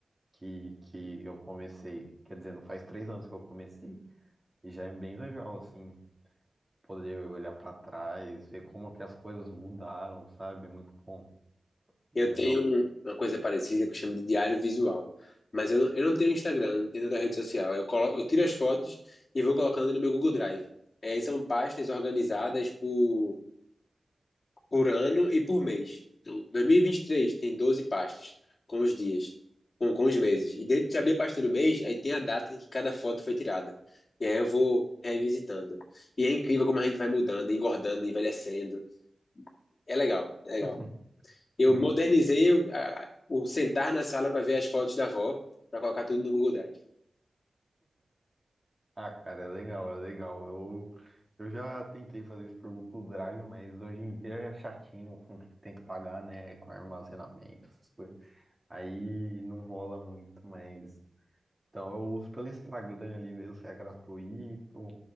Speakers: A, on the right; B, on the left.
A: que, que eu comecei. Quer dizer, não faz três anos que eu comecei. E já é bem legal, assim, poder olhar pra trás, ver como que as coisas mudaram, sabe? É muito bom, bem
B: Eu
A: legal.
B: tenho um, uma coisa parecida que eu chamo de diário visual. Mas eu não, eu não tenho Instagram, não tenho outra rede social. Eu, colo- eu tiro as fotos e vou colocando no meu Google Drive. É, e são pastas organizadas por, por ano e por mês. Então, 2023 tem 12 pastas com os dias, com, com os meses. E dentro de abrir a pasta do mês, aí tem a data em que cada foto foi tirada. E aí eu vou revisitando. E é incrível como a gente vai mudando, engordando, envelhecendo. É legal, é legal.
A: <laughs>
B: Eu
A: Sim.
B: modernizei o, a- o sentar na sala para ver as fotos da avó, para colocar tudo no Google Drive.
A: Ah, cara, é legal, é legal. Eu, eu já tentei fazer isso por Google Drive, mas hoje em dia é chatinho com o que tem que pagar, né? Com armazenamento, essas coisas. Aí não rola muito, mas. Então eu uso pelo Instagram ali mesmo, que é gratuito.